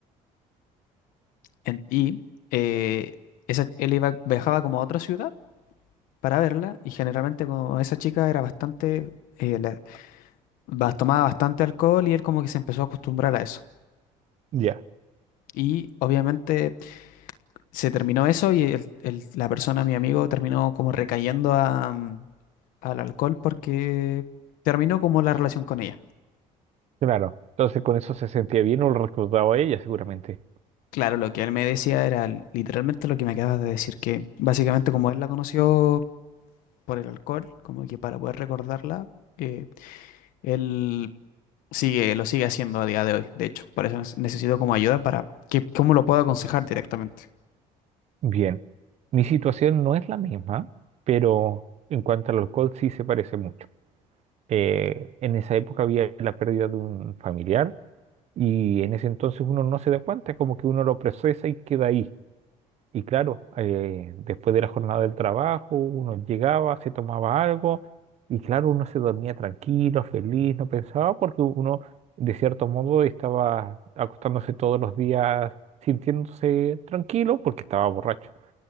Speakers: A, on the left (about 80°); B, on the right (about 50°).
A: en- y eh, esa, él iba, viajaba como a otra ciudad para verla y generalmente como esa chica era bastante, eh, la- ba- tomaba bastante alcohol y él como que se empezó a acostumbrar a eso.
B: Ya,
A: Y obviamente se terminó eso y el- el- la persona, mi amigo, terminó como recayendo a, mm, al alcohol porque terminó como la relación con ella.
B: claro. Entonces con eso se sentía bien o lo recordaba ella seguramente.
A: Claro, lo que él me decía era literalmente lo que me acabas de decir, que básicamente como él la conoció por el alcohol, como que para poder recordarla, eh, él sigue, lo sigue haciendo a día de hoy, de hecho. Por eso nes- necesito como ayuda para que, cómo lo puedo aconsejar directamente.
B: Bien, mi situación no es la misma, pero en cuanto al alcohol sí se parece mucho. Eh, en esa época había la pérdida de un familiar y en ese entonces uno no se da cuenta, como que uno lo procesa y queda ahí. Y claro, eh, después de la jornada del trabajo, uno llegaba, se tomaba algo, y claro, uno se dormía tranquilo, feliz, no pensaba, porque uno, de cierto modo, estaba acostándose todos los días sintiéndose tranquilo porque estaba borracho.